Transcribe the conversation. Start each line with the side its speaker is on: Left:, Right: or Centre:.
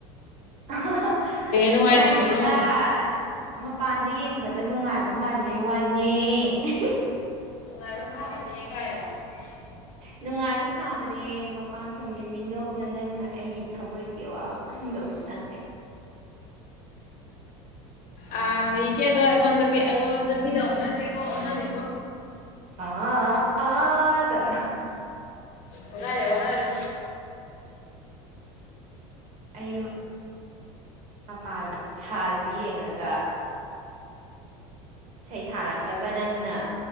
Right: ꯑꯍꯥ ꯑꯍꯥ
Left: ꯅꯨꯡꯉꯥꯏꯇ꯭ꯔꯤꯕꯅꯣ
Right: ꯅꯨꯡꯉꯥꯏꯇꯦꯗ ꯑꯁ ꯃꯄꯥꯟꯗ ꯌꯦꯡꯕꯗ ꯅꯨꯡꯉꯥꯏꯕ ꯃꯥꯟꯕꯩ ꯋꯥꯅꯦ ꯑꯤꯍꯤ
Left: ꯑꯗꯨ ꯁꯕꯅꯤꯒꯑꯣ <inaudible>
Right: ꯅꯨꯡꯉꯥꯏꯕ ꯁꯥꯕꯅꯦ ꯃꯄꯥꯟ ꯊꯣꯡꯒꯤ ꯃꯤꯅꯣꯛꯅ ꯅꯪꯅ ꯑꯩꯒꯤ ꯊꯕꯣꯏꯒꯤ ꯑꯋꯥꯕ ꯈꯪꯗꯧꯁꯨ ꯅꯠꯇꯦ꯫
Left: ꯑ ꯁꯍꯤ ꯀꯦꯗꯣ ꯑꯩꯉꯣꯟꯗ ꯑꯩꯉꯣꯟꯗ ꯄꯗ ꯑꯣꯅꯗꯦꯀꯣ ꯑꯣꯟꯅꯅꯦꯀꯣ
Right: ꯑꯥ ꯇ
Left: ꯑꯣꯗꯔꯦ ꯑꯣꯗꯔꯦ
Right: ꯑꯌꯦ ꯑꯃ ꯃꯄꯥꯥꯟ ꯊꯥꯁ ꯌꯦꯡꯂꯒꯥ ꯁꯩꯊꯥꯔꯛꯑꯒ ꯅꯪꯅ